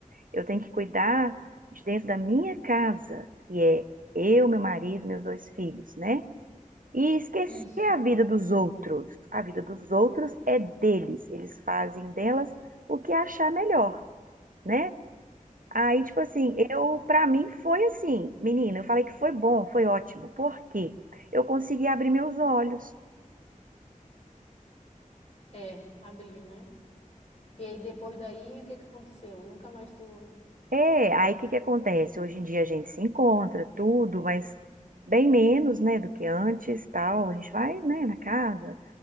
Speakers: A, on the right (about 75°); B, on the left (about 50°).
A: Eu tenho que cuidar de dentro da minha casa, que é eu, meu marido, meus dois filhos, né? E esquecer
B: isso.
A: a vida dos outros. A vida dos outros é deles. Eles fazem delas o que achar melhor, né? Aí, tipo assim, eu, pra mim foi assim, menina, eu falei que foi bom, foi ótimo. Por quê? Eu consegui abrir meus olhos.
B: É, abriu, né? E aí depois daí, o que que aconteceu? Nunca mais tu
A: É, aí o que que acontece? Hoje em dia a gente se encontra, tudo, mas bem menos, né, do que antes, tal. A gente vai, né, na casa,